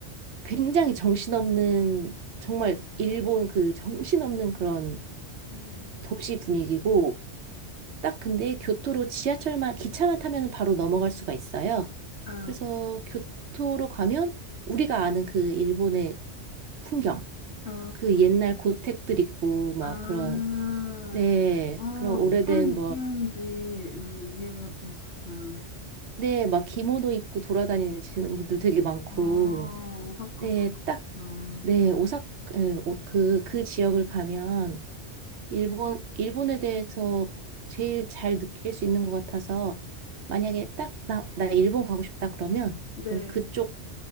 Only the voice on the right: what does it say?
굉장히 정신없는 정말 일본 그 정신없는 그런
도시 분위기고 딱 근데 교토로 지하철만 기차만 타면 바로 넘어갈 수가 있어요.
그래서 교토로 가면 우리가 아는 그 일본의 풍경,
그 옛날 고택들 있고 막
그런 네
그런 오래된
뭐 네 네 막 기모노 입고 돌아다니시는 분들 되게 많고
네딱네
오사카 그그 지역을 가면 일본, 일본에 대해서 제일 잘 느낄 수 있는 것 같아서 만약에 딱 나, 나 일본 가고 싶다 그러면
전 그쪽